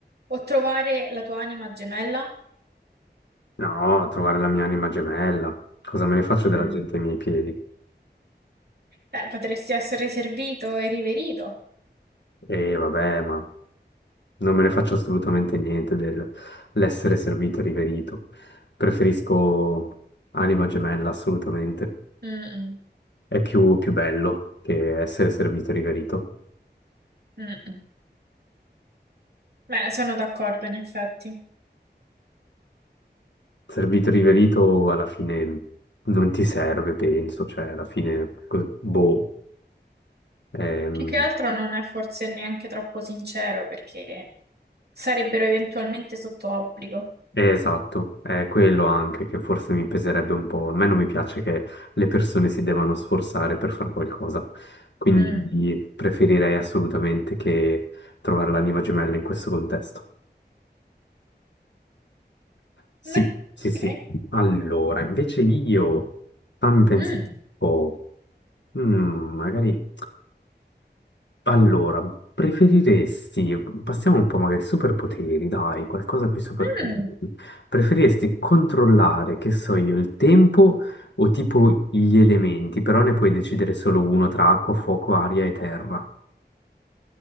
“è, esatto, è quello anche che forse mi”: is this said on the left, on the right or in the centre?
Left